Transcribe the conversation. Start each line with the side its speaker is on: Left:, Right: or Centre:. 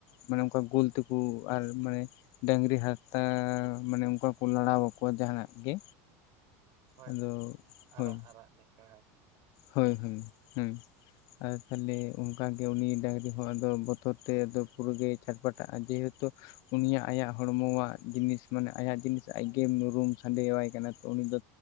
Left: ᱢᱟᱱᱮ ᱚᱝᱠᱟ ᱜᱳᱞ ᱛᱮ ᱠᱩ ᱟᱨ ᱢᱟᱱᱮ ᱰᱟᱹᱝᱨᱤ ᱦᱟᱨᱛᱟ ᱢᱟᱱᱮ ᱚᱱᱠᱟ ᱠᱚ ᱞᱟᱲᱟ ᱟᱠᱚᱣᱟ ᱡᱟᱦᱟᱱᱟᱜ ᱜᱮ
Right: ᱦᱳᱭ
Left: ᱟᱫᱚ
Right: ᱦᱳᱭ ᱟᱨᱟᱜ
Left: ᱦᱳᱭ
Right: ᱟᱨᱟᱜ ᱱᱮᱠᱲᱟ
Left: ᱦᱳᱭ ᱦᱳᱭ ᱦᱩᱸ ᱟᱨ ᱛᱟᱦᱞᱮ ᱚᱱᱠᱟ ᱜᱮ ᱩᱱᱤ ᱰᱟᱹᱝᱨᱤ ᱦᱚᱸ ᱟᱫᱚ ᱵᱚᱛᱚᱨ ᱛᱮ ᱫᱚ ᱯᱩᱨᱟᱹ ᱜᱮ ᱪᱷᱟᱴᱯᱟᱴᱟᱜᱼᱟ ᱡᱮᱦᱮᱛᱩ ᱩᱱᱤᱭᱟᱜ ᱟᱭᱟᱜ ᱦᱚᱲᱢᱚᱣᱟᱜ ᱡᱤᱱᱤᱥ ᱢᱟᱱᱮ ᱟᱭᱟᱜ ᱡᱤᱱᱤᱥ ᱟᱡᱜᱮ ᱢᱩᱨᱩᱢ ᱥᱟᱰᱮᱣᱟᱭ ᱠᱟᱱᱟ ᱛᱚ ᱩᱱᱤ ᱫᱚ